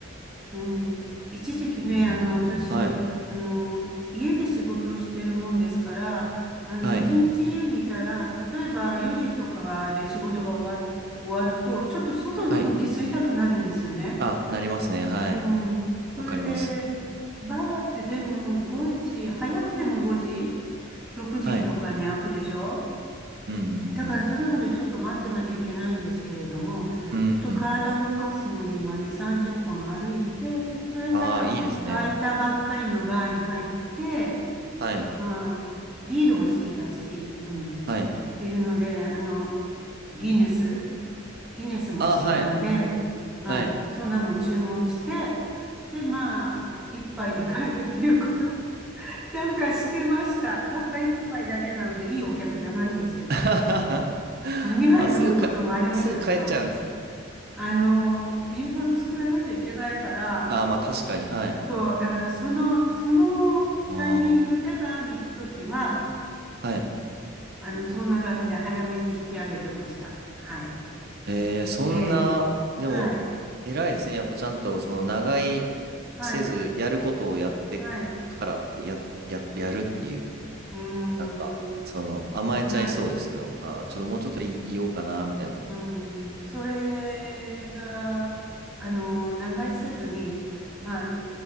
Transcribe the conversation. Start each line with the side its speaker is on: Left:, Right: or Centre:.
Centre: うん。一時期ね、
Right: えー、
Centre: あの、私、
Right: はい、
Centre: あの、家で仕事をしてるもんですから、あの、
Right: はい、
Centre: 一日家にいたら、例えば4時とかで仕事が終わ、終わると、ちょっと外の空気吸いたくなるんですよね。
Right: はい。あ、なりますね。はい。
Centre: うん。それで、
Right: わかります。
Centre: バーってでも5時、早くても5時、6時とかに開くでしょ
Right: はい。うんう
Centre: だからそれまでちょっと待ってなきゃいけないんですけれども、
Right: んうん。うんうん。
Centre: ちょっと体を動かすのに、まあ、2、30分歩いて、それから空いたばっかりのバーに入って、
Right: ああ、いいですね。はい、
Centre: まあ、ビールも好きだし、うん、っ
Right: はい。
Centre: ていうので、あの、ギネス、ギネスも好きなので、
Right: ああ、はい、
Centre: はい、
Right: はい。
Centre: そんなのを注文して、で、まあ、一杯で帰るっていうこと、なんかしてました。たった一杯だけなので、いいお客じゃないんですけど。
Right: <laughs>
Centre: まあ、2杯飲むこともありましたけど、
Right: あ、すぐか、すぐ帰っちゃうんですね。
Centre: あの、夕飯作らなきゃいけないから、
Right: ああ、まあ確かに、はい。
Centre: そう、だからその、そのタイミングでバーに行くときは、
Right: ああ、はい。
Centre: あの、そんな感じで早めに引き上げてました。はい。
Right: えー、そんな、
Centre: ええ、
Right: でも、
Centre: はい。
Right: 偉いですね。やっぱちゃんと、その、長居
Centre: ああ、
Right: せず、
Centre: はい。
Right: やることをやってからって、
Centre: はい。
Right: や、や、やるっていう、
Centre: うーん。
Right: なんか、その、甘えちゃいそうですけど、
Centre: はい。
Right: あー、ちょっともうちょっとい、いようかな、みたいな。
Centre: うん、それが、あの、長居せずに、まあ、